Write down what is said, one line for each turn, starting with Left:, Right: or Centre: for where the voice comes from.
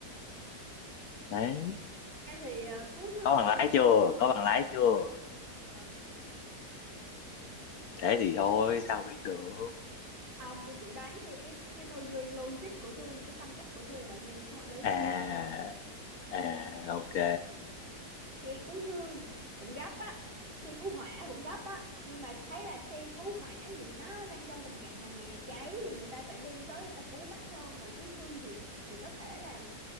Left: đấy
Right: em thì à, cứu thương
Left: có bằng lái
Right: thì
Left: chưa
Right: cũng
Left: có bằng lái chưa
Right: chưa
Left: thế thì thôi sao biết được
Right: Không, tôi sẽ đoán theo cái cái tư duy logic của tôi, những cái phân tích của tôi này bạn nghe thì có hợp lý
Left: à
Right: không nha.
Left: à ok
Right: Xe cứu thương cũng gấp á, xe cứu hỏa cũng gấp á, nhưng mà thấy là xe cứu hỏa thì nó đang trong tình trạng là nhà cháy thì người ta phải đi tới người ta cứu gấp hơn, còn cứu thương thì thì có thể là